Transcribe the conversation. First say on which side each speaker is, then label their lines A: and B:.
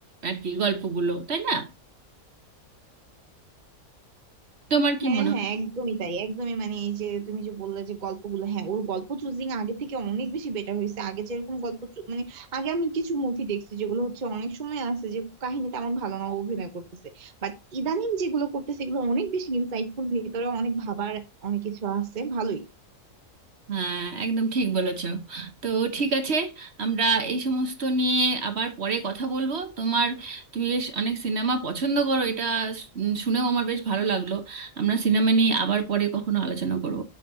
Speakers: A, on the right; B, on the right.
A: আর কি গল্পগুলো তাই না তোমার কি
B: হ্যাঁ
A: মনে
B: হ্যাঁ একদমই তাই একদমই মানে এই যে তুমি যে বললে যে গল্পগুলো হ্যাঁ ওর গল্প চুজিং আগে থেকে অনেক বেশি বেটার হয়েছে আগে যেরকম গল্প চু- মানে আগে আমি কিছু মুভি দেখছি যেগুলো হচ্ছে অনেক সময় আছে যে কাহিনী তেমন ভালো না ও অভিনয় করতেছে বাট ইদানিং যেগুলো করতেছে এগুলো অনেক বেশি ইনসাইটফুল ভিতরে অনেক ভাবার অনেক কিছু আছে ভালোই
A: হ্যাঁ একদম ঠিক বলেছো তো ঠিক আছে আমরা এই সমস্ত নিয়ে আবার পরে কথা বলবো তোমার তুমি বেশ অনেক সিনেমা পছন্দ করো এটা উম, শুনেও আমার বেশ ভালো লাগলো আমরা সিনেমা নিয়ে আবার পরে কখনো আলোচনা করব